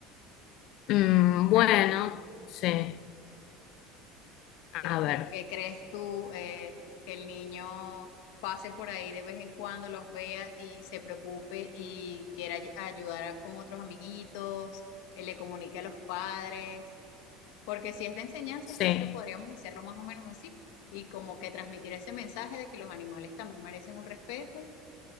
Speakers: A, on the left; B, on the left.
A: Mm,
B: sea,
A: bueno, sí, a
B: ¿Qué,
A: ver,
B: qué- qué crees tú eh, que el niño pase por ahí de vez en cuando, los vea y se preocupe y quiera ay- ayudar a- con otros amiguitos, eh, le comunique a los padres? Porque si es de enseñanza,
A: sí.
B: creo que podríamos hacerlo más o menos así y como que transmitir ese mensaje de que los animales también merecen un respeto,